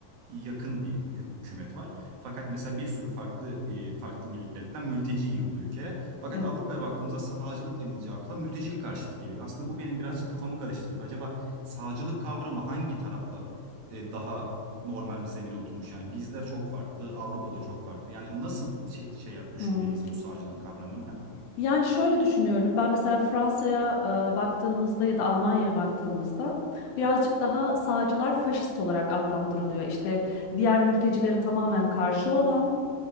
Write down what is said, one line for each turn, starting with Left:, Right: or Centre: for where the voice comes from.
Right: yakın bir hükümet var. Fakat mesela bir sürü farklı e, farklı milletten mülteci yığıldı ülkeye. Fakat
Left: Evet.
Right: Avrupa'ya baktığımızda sağcılık denince akla mültecilik karşıtı geliyor. Aslında bu benim birazcık kafamı karıştırdı. Acaba sağcılık kavramı hangi tarafta e, daha normal bir zemine oturmuş. Yani bizde çok farklı, Avrupa'da çok farklı. Yani nasıl şey, şey düşünmeliyiz
Left: Hmm.
Right: bu sağcılık kavramını?
Left: Yani şöyle düşünüyorum. Ben mesela Fransa'ya e, baktığımızda ya da Almanya'ya baktığımızda birazcık daha sağcılar faşist olarak adlandırılıyor. İşte diğer mültecilere tamamen karşı olan